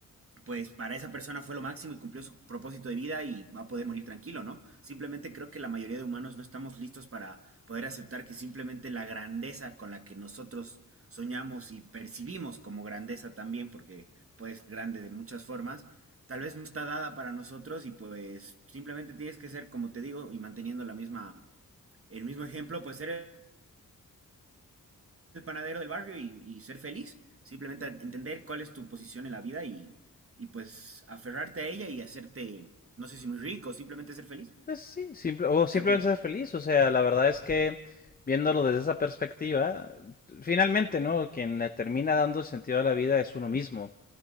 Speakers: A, on the right (about 40°); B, on the left (about 25°).
A: pues para esa persona fue lo máximo y cumplió su propósito de vida y va a poder morir tranquilo, ¿no? Simplemente creo que la mayoría de humanos no estamos listos para poder aceptar que simplemente la grandeza con la que nosotros soñamos y percibimos como grandeza también, porque puede ser grande de muchas formas, tal vez no está dada para nosotros y pues simplemente tienes que ser, como te digo, y manteniendo la misma, el mismo ejemplo, pues ser el panadero del barrio y, y ser feliz. Simplemente entender cuál es tu posición en la vida y, y pues aferrarte a ella y hacerte, no sé si muy rico, simplemente ser feliz.
B: Pues sí, simple, o simplemente
A: ¿Qué opinas?
B: ser feliz. O sea, la verdad es que viéndolo desde esa perspectiva, finalmente, ¿no? Quien le termina dando el sentido a la vida es uno mismo.